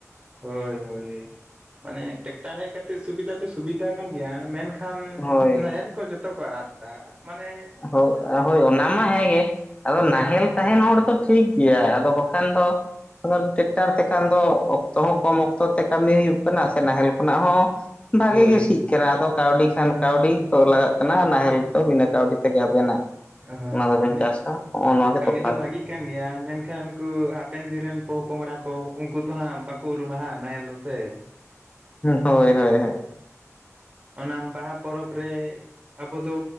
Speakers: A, on the right (about 35°); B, on the left (about 20°).
A: ᱦᱳᱭ ᱦᱳᱭ ᱢᱟᱱᱮ ᱴᱮᱠᱴᱟᱨ ᱦᱮᱡ ᱠᱟᱛᱮ ᱥᱩᱵᱤᱫᱟ ᱫᱚ ᱥᱩᱵᱤᱫᱟ ᱟᱠᱟᱱ ᱜᱮᱭᱟ ᱢᱮᱱ ᱠᱷᱟᱱ
B: ᱦᱳᱭ
A: ᱱᱟᱦᱮᱞ ᱠᱚ ᱡᱚᱛᱚ ᱠᱚ ᱟᱫ ᱫᱟ ᱢᱟᱱᱮ
B: ᱦᱳᱜ ᱦᱳᱭ ᱚᱱᱟ ᱢᱟ ᱦᱮᱸᱜᱮ ᱟᱫᱚ
A: ᱦᱳᱭ
B: ᱱᱟᱦᱮᱞ
A: ᱦᱟᱯ
B: ᱛᱟᱦᱮᱱ ᱦᱚᱲ ᱫᱚ ᱴᱷᱤᱠ ᱜᱮᱭᱟ ᱟᱫᱚ ᱵᱟᱠᱷᱟᱱ ᱫᱚ ᱵᱟᱠᱷᱟᱱ ᱴᱮᱠᱴᱟᱨ ᱛᱮᱠᱷᱟᱱ ᱫᱚ ᱚᱠᱛᱚ ᱦᱚᱸ ᱠᱚᱢ ᱚᱠᱛᱚ ᱛᱮ ᱠᱟᱹᱢᱤ ᱦᱩᱭᱩᱜ ᱠᱟᱱᱟ ᱥᱮ ᱱᱟᱦᱮᱞ ᱠᱷᱚᱱᱟᱜ ᱦᱚᱸ ᱵᱷᱟᱜᱮ
A: ᱦᱳᱭ
B: ᱜᱮ ᱥᱤᱜ ᱠᱟᱱᱟ ᱟᱫᱚ ᱠᱟᱹᱣᱰᱤ ᱠᱷᱟᱱ ᱠᱟᱹᱣᱰᱤ ᱞᱟᱜᱟᱜ ᱠᱟᱱᱟ ᱱᱟᱦᱮᱞ ᱫᱚ ᱵᱤᱱᱟᱹ ᱠᱟᱹᱣᱰᱤ ᱛᱮ᱾ ᱛᱮᱜᱮ ᱟᱵᱮᱱᱟᱜ
A: ᱦᱳᱭ
B: ᱚᱱᱟ ᱫᱚᱵᱤᱱ
A: ᱢᱟᱱᱮ
B: ᱪᱟᱥᱟ ᱦᱚᱜᱼᱚ ᱱᱚ ᱜᱮ
A: ᱠᱟᱹᱢᱤ
B: ᱛᱚᱯᱷᱟᱛ᱾
A: ᱫᱚ ᱵᱷᱟᱜᱤᱜ ᱠᱟᱱ ᱜᱮᱭᱟ ᱢᱮᱱᱠᱷᱟᱱ ᱩᱱᱠᱩ ᱦᱟᱯᱮᱱ ᱫᱤᱱ ᱨᱮᱱ ᱯᱚᱼᱯᱚᱝᱲᱟ ᱠᱚ ᱩᱱᱠᱩ ᱫᱚ ᱦᱟᱸᱜ ᱵᱟᱠᱚ ᱩᱨᱩᱢᱟ ᱦᱟᱸᱜ ᱱᱟᱦᱮᱞ ᱫᱚ ᱥᱮ᱾
B: ᱦᱳᱭ ᱦᱳᱭ ᱦᱳᱭ᱾
A: ᱚᱱᱟ ᱵᱟᱦᱟ ᱯᱚᱨᱚᱵᱽ ᱨᱮ ᱟᱵᱚ ᱫᱚ